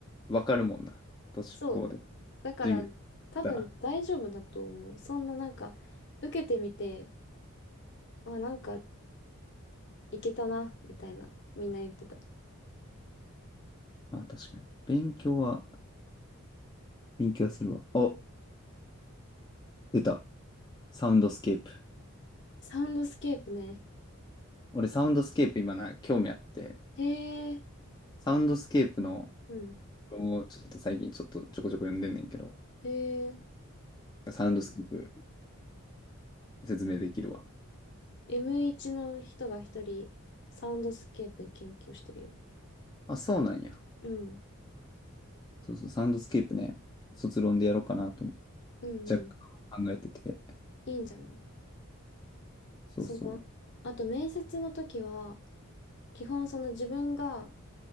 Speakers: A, on the left; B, on the left.
A: わかるもんな。都市高で
B: そう。だから、
A: 授業や
B: 多分大丈夫だと思う。
A: ったら。
B: そんななんか、受けてみて、あ、なんか、いけたな、みたいな、みんな言ってた。
A: あ、確かに。勉強は、勉強はするわ。お、出た。サウンドスケープ。
B: サウンドスケープね。
A: 俺、サウンドスケープ今な、興味あって、
B: へえ、
A: サウンドスケープの
B: うん。
A: 文をちょっと最近ちょっとちょこちょこ読んでんねんけど、
B: へえ、
A: サウンドスケープ説明できるわ。
B: M1 の人が一人、サウンドスケープ研究してるよ。
A: あ、そうなんや。
B: うん。
A: そうそう、サウンドスケープね、卒論でやろうかなと
B: うんうん。
A: 若干考えてて。
B: いいんじゃない
A: そうそう。
B: その、あと面接の時は、基本その自分が